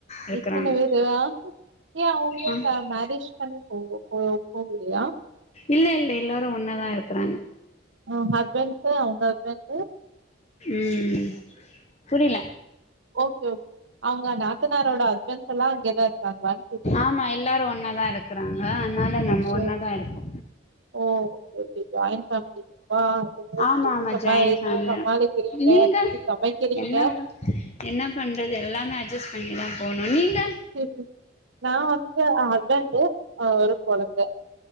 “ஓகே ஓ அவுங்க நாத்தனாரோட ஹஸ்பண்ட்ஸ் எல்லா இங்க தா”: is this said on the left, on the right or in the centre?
Right